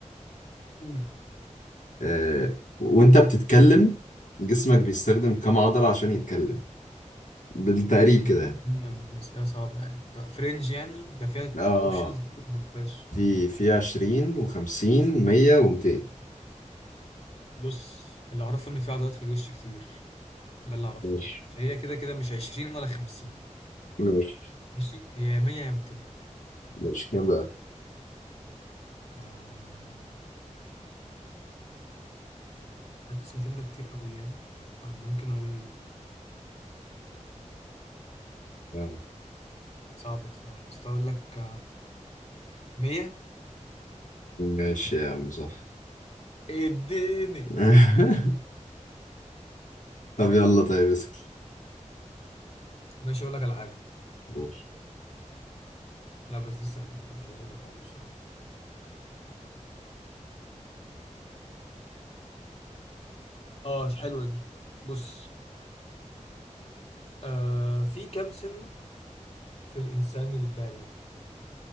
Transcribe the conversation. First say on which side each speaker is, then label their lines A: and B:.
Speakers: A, on the left; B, on the left.
A: قول
B: آه... وأنت بتتكلم جسمك بيستخدم كم عضلة عشان يتكلم بالتقريب
A: ايش انت
B: كده
A: بتسألني
B: يعني
A: يعني اسئله صعبه يعني طب فرنج يعني ده فيها
B: اه
A: اوبشنز دي ولا ما فيهاش
B: في في 20 و50 100 و200
A: بص اللي اعرفه ان في عضلات في الوش كتير ده اللي اعرفه
B: ماشي
A: فهي كده كده مش 20 ولا 50
B: ماشي
A: ماشي هي يا 100 يا 200
B: ماشي كام بقى؟
A: أم، حاسس 200 ده كتير قوي يعني فممكن اقول
B: آه.
A: صعبة بصراحة بس أقول لك مية
B: ماشي يا عم صح
A: اديني
B: <laughs> طب يلا طيب اسأل
A: ماشي اقول لك على حاجه
B: ماشي
A: لا بس دي سهله دي مش عايز اقول لك عادي بصراحه اه حلوه دي بص آه في كام سنه في الانسان البالغ